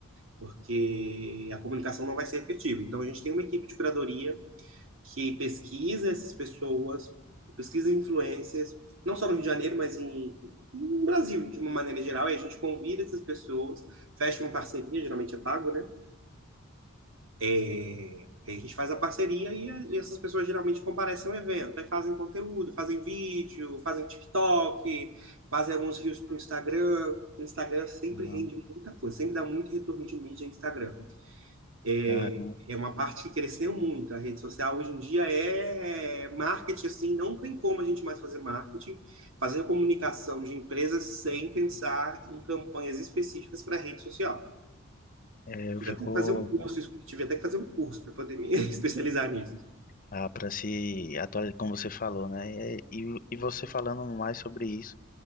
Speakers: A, on the right; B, on the left.
A: porque a comunicação não vai ser efetiva. Então a gente tem uma equipe de curadoria que pesquisa essas pessoas, pesquisa influencers, não só no Rio de Janeiro, mas em, no Brasil de uma maneira geral, e a gente convida essas pessoas, fecha uma parceria, geralmente é pago, né? É, a gente faz a parceria e, a- e essas pessoas geralmente comparecem ao evento. Aí fazem conteúdo, fazem vídeo, fazem TikTok, fazem alguns reels para o Instagram. O Instagram sempre
B: ah,
A: rende muita coisa, sempre dá muito retorno de mídia no Instagram. É,
B: cara,
A: é uma parte que cresceu muito. A rede social hoje em dia é marketing, assim, não tem como a gente mais fazer marketing, fazer comunicação de empresas sem pensar em campanhas específicas para rede social.
B: é, eu
A: Tive
B: fico
A: até que fazer um curso, isso- tive até que fazer um curso para poder me <laughs> especializar nisso.
B: ah, para se atualizar, como você falou, né? E, e e você falando mais sobre isso,